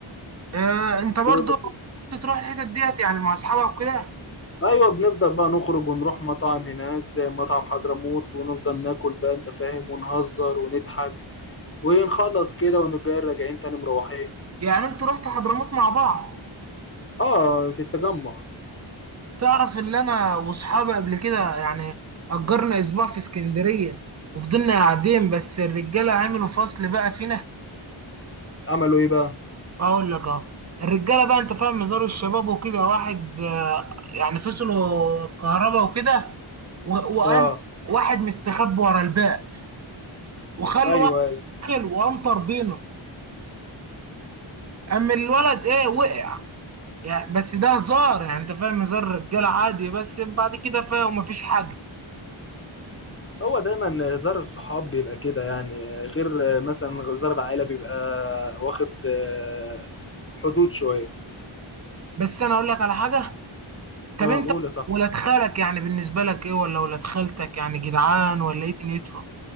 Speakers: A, on the right; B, on the left.
A: آه انت برضو
B: و-
A: كنت تروح الحتت ديت يعني مع اصحابك وكده
B: ايوه بنفضل بقى نخرج ونروح مطاعم هناك زي مطعم حضرموت ونفضل ناكل بقى انت فاهم ونهزر ونضحك ونخلص كده ونجي راجعين تاني مروحين
A: يعني انتوا رحتوا حضرموت مع بعض
B: اه في التجمع
A: تعرف اللي انا واصحابي قبل كده يعني اجرنا اسبوع في اسكندرية وفضلنا قاعدين بس الرجالة عملوا فصل بقى فينا
B: عملوا ايه بقى
A: اقول لك اه الرجالة بقى انت فاهم مزار الشباب وكده واحد آه، يعني فصلوا الكهرباء وكده و- وقام
B: اه
A: واحد مستخبي ورا الباقي وخلوا
B: ايوه
A: واحد
B: ايوه
A: داخل وقام طربينه اما الولد ايه وقع يعني بس ده هزار يعني انت فاهم هزار رجاله عادي بس بعد كده فاهم مفيش حاجه
B: هو دايما هزار الصحاب بيبقى كده يعني غير مثلا هزار العائله بيبقى واخد آه، حدود شويه
A: بس انا اقول لك على حاجه طب
B: اه
A: انت
B: قول طبعا
A: ولاد خالك يعني بالنسبه لك ايه ولا ولاد خالتك يعني جدعان ولا ايه دنيتهم